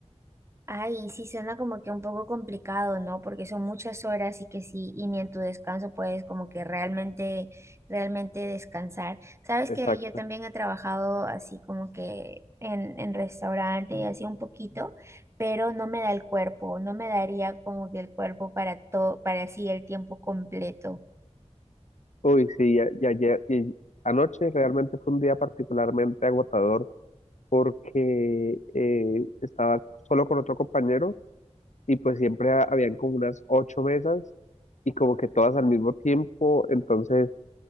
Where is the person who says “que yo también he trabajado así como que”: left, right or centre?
Right